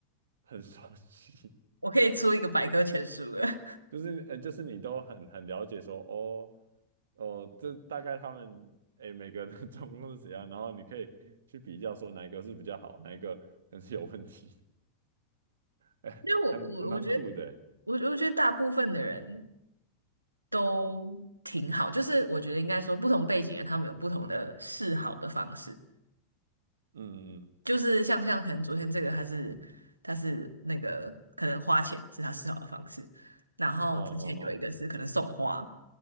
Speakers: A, on the right; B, on the right.
A: 很熟悉。
B: 我可以出一个百科全书了，
A: 就是呃，就是你都很很了解说，哦哦，这大概他们哎每个的 <laughs> 状况是怎样，然后你可以去比较说哪一个是比较好，哪一个可能是有问题
B: <laughs>
A: 的，<laughs> 哎，
B: 因为我我我觉得
A: 还还蛮酷的欸，哎
B: 我我觉得大部分的人都挺好，就是我觉得应该说不同背景的他们有不同的示好的方式。
A: 嗯，嗯
B: 就是像像可能昨天这个他是他是那个可能花钱是他思考的方式，然后之前有一个是可能送花，
A: 哦